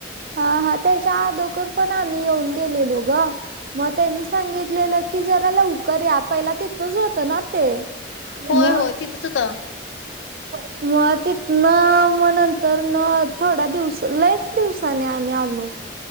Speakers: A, on the right (about 50°); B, on the left (about 80°).
A: हा हा त्याच्या अगोदर पण आम्ही येऊन गेलेलो ग. मग त्यांनी सांगितलेलं की जरा लवकर या आपहिला तिथच होतं ना ते.
B: होय
A: म
B: होय तिथंच होतं
A: मग तिथ म नंतर न थोड्या दिवस ललेच दिवसाने आम्ही आलो.